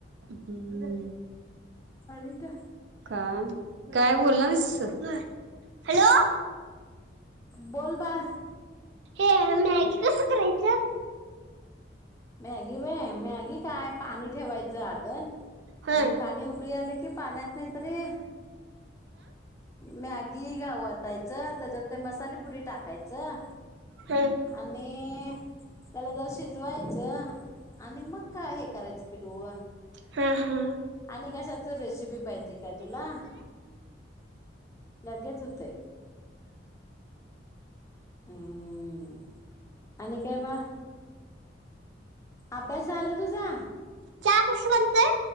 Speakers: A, on the right; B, on the left.
A: हम्म.
B: आणि काय?
A: का? काय बोलणाराइस? हॅलो.
B: बोल बाळ
A: हे मॅगी कसं करायचं?
B: मॅगी होय मॅगी काय पाणी ठेवायचं आदन.
A: हा
B: आणि पाणी उकळी आले कि पाण्यात नाहीतरी मॅगी व ताईचं त्याच्यात ते मसालेपुडी टाकायचं
A: हा हा
B: आणि त्याला जर शिजवायच तर आणि मग काय? <unintelligible>
A: हा हा
B: आणि कशाच रेसिपी पाहिजे काय तुला लगेच होते हम आणि काय बाळ अभ्यास झाला तुझा..
A: चहा कसा बनतोय?